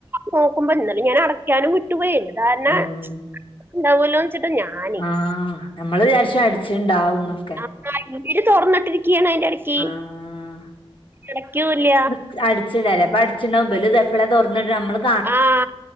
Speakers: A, on the right; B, on the left.
A: നോക്കുമ്പോ ഇന്നല്ല ഞാൻ- അടയ്ക്കാനും വിട്ടുപോയുണ്ട്- എന്റെ ധാരണ
B: ഉം
A: ഉണ്ടാവുമല്ലോ. <unintelligible>
B: ആഹ് നമ്മള് വിചാരിച്ചം- അടിച്ചിട്ടുണ്ടാവന്നൊക്കെ.
A: ആ തുറന്നിട്ടിരിക്കയാണ് അയിന്റെ ഇടക്ക്
B: ആഹ്
A: അടക്കൂല്ല.
B: <unintelligible>
A: ആഹാ